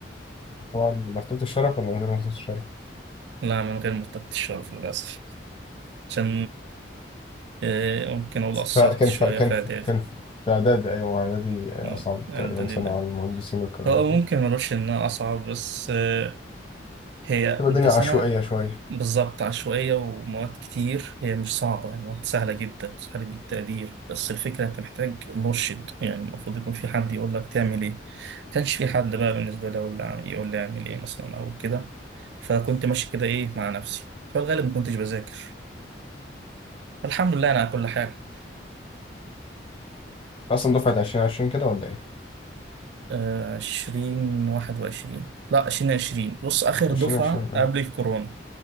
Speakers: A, on the left (about 30°); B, on the right (about 70°).
A: طبعا مرتبه الشرف ولا من غير مرتبه الشرف <laughs>
B: لا من غير مرتبة الشرف للأسف عشان آه، ممكن أقول قصرت
A: فكان
B: شوية
A: ف... كان
B: في
A: ف...
B: إعدادي
A: كان ف... في اعدادي ايوه اعدادي اصعب
B: آه، إعدادي
A: تقريبا سنه
B: ده
A: على المهندسين والكلام
B: هو
A: ده كله
B: ممكن ملوش إنها أصعب بس آه، هي
A: تبقى الدنيا
B: أنت سنة
A: عشوائيه شويه
B: بالظبط عشوائية ومواد كتير هي مش صعبة يعني مواد سهلة جدا سهلة التقدير بس الفكرة أنت محتاج مرشد يعني المفروض يكون في حد يقول لك تعمل إيه كانش في حد بقى بالنسبة لي يقول لي يقول لي أعمل إيه مثلا أو كده فكنت ماشي كده إيه مع نفسي فالغالب ما كنتش بذاكر الحمد لله أنا على كل حاجة
A: اصلا دفعه 2020 كده ولا ايه
B: آه، عشرين واحد وعشرين لا عشرين عشرين بص آخر
A: 2020
B: دفعة
A: اه
B: قبل الكورونا